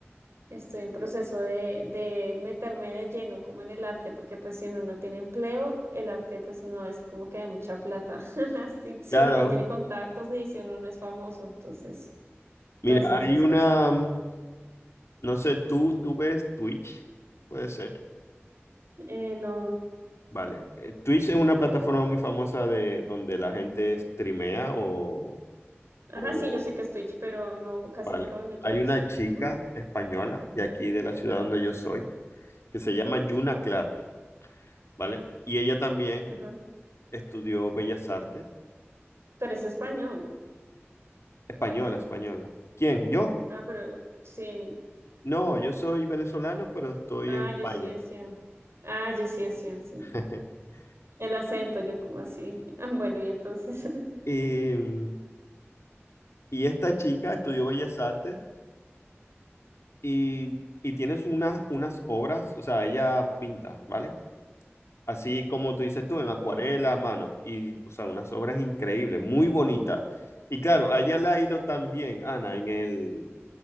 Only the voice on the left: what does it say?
claro.
Mira,
hay una,
mm, no sé, tú, tú ves Twitch, puede ser.
Vale. Eh, Twitch es una plataforma muy famosa de donde la gente streamea o,
o
Vale.
Hay
una chica
española de aquí, de la ciudad
donde yo soy, que se llama Yuna Clark, ¿vale? Y ella también
estudió Bellas Artes.
Española, española. ¿Quién? ¿Yo?
No, yo soy venezolano, pero estoy
en España.
<laughs>
Y, mm, y esta chica estudió Bellas Artes y, y tienes unas, unas obras, o sea, ella pinta, ¿vale? así como tú dices tú, en acuarela,
mano. Y, o sea, unas obras increíbles, muy bonitas. Y claro, a ella le ha ido también, Ana, en el,